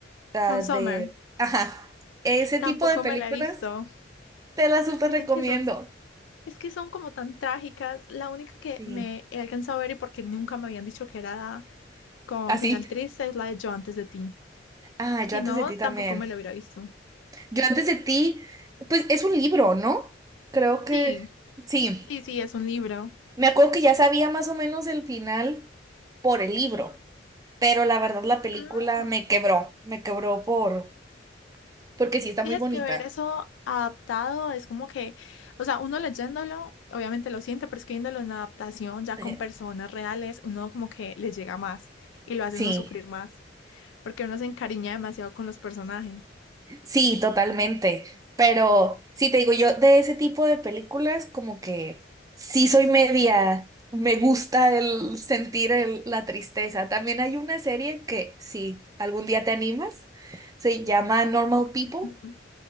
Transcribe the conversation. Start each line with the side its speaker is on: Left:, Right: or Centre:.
Right: ah,
Left: Summer
Right: de, ajá, ese
Left: tampoco
Right: tipo de películas
Left: me la he visto.
Right: te las súper
Left: Dicen
Right: recomiendo.
Left: que son, es que son como tan trágicas. La única que
Right: Sí.
Left: me he alcanzado a ver y porque nunca me habían dicho que era con
Right: Así.
Left: final triste es la de Yo antes de ti.
Right: Ah, yo
Left: Si
Right: antes
Left: no,
Right: de ti también.
Left: tampoco me la hubiera visto.
Right: Yo antes de ti, pues es un libro, ¿no? Creo que
Left: Sí,
Right: sí.
Left: sí, sí, es un libro.
Right: Me acuerdo que ya sabía más o menos el final por el libro, pero la verdad la película
Left: Ah.
Right: me quebró, me quebró por, porque sí está
Left: Sí,
Right: muy
Left: es
Right: bonita.
Left: que ver eso adaptado es como que, o sea, uno leyéndolo, obviamente lo siente, pero es que viéndolo en adaptación ya con
Right: Eh,
Left: personas reales, uno como que le llega más y lo hace
Right: Sí.
Left: uno sufrir más, porque uno se encariña demasiado con los personajes.
Right: Sí, totalmente. Pero sí te digo, yo de ese tipo de películas como que sí soy media, me gusta el sentir el- la tristeza. También hay una serie que sí, algún día te animas, se llama Normal People
Left: Mm,